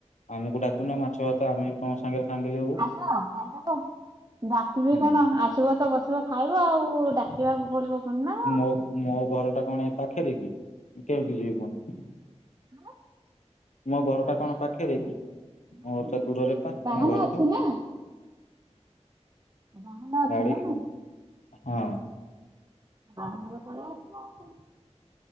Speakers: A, on the left; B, on the right.
A: ଆମକୁ ଡାକୁନ ମାଛ ଭାତ ଆମେ ବି ତମ ସାଙ୍ଗରେ ସାଙ୍ଗିଲି ହବୁ।
B: ହଁ ଖାଇଦବ ଡାକିବି
A: ହୁଁ
B: କଣ ଆ ଥୂବ ତ ବସିବ ଖାଇବ ଆଉ ଡାକିବାକୁ ପଡିବ ପୁଣି ନା। କଣ?
A: ମୋ ମୋ ଘର ଟା କଣ ଏ ପାଖରେ କି କେମିତି ଯିବି ପୁଣି।
B: ହଁ?
A: ମୋ ଘରଟା
B: ନା
A: କଣ ପାଖରେ କି?
B: ନାଇଁ
A: ମୋର ତ ଦୂରରେ ପା ତମ
B: ବାହାନା
A: ଘରଠୁ
B: ଅଛି ନା। ବାହାନ ଅଛି
A: ଗାଡି
B: ନା ନାଇଁ?
A: ହଁ।
B: ବାହାନା ରେ ପଳେଇଆସିବ ଆଉ କଣ।